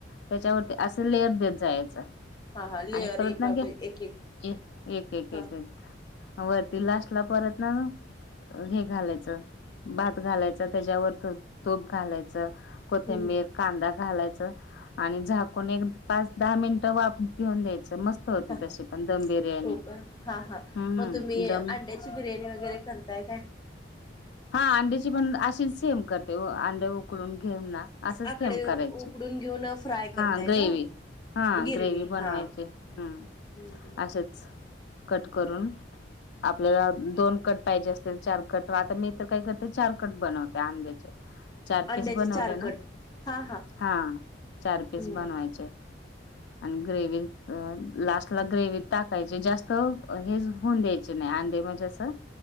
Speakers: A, on the left; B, on the left.
A: त्याच्यावरती असं लेअर देत जायचं
B: हा हा लेअर
A: आणि परत
B: एका
A: ना घ्या
B: एक एक
A: एक एक
B: हा
A: एक
B: हम्म
A: एक वरती लास्टला परत न, हे घालायचं भात घालायचं त्याच्यावर तूप घालायचं कोथिंबीर
B: हम्म
A: कांदा घालायचा आणि झाकुण एक पाच दहा मिनिटं वाप घेऊन द्यायच मस्त होते
B: हा
A: तशी
B: हा
A: पण दम बिर्याणी
B: हो का हा हा
A: हम्म
B: मग तुम्ही अंड्याची
A: दम
B: बिर्याणी वगैरे करताय काय
A: हा अंड्याची पण अशी सेम करते अंडे उकडून. घेऊन ना असच
B: आकडे
A: सेम करायचे
B: उकडून घेऊन फ्राय करताय
A: हा ग्रेवी.
B: ना
A: हा
B: गिरवी
A: ग्रेवी बनवायचे
B: हा
A: हम्म
B: हम्म
A: असेच कट करून. आपल्याला दोन कट पाहिजे असतील चार कट व आता मी तर काय करते चार कट बनवते. अंड्याचे. चार
B: अंड्याचे
A: पीस बनवले
B: चार कट
A: ना
B: हा
A: हा चार
B: हम्म
A: पीस बनवायचे. आणि ग्रेव लास्ट ग्रेवीत टाकायची जास्त हे होऊन द्यायचे नाही अंडे म्हणजे असं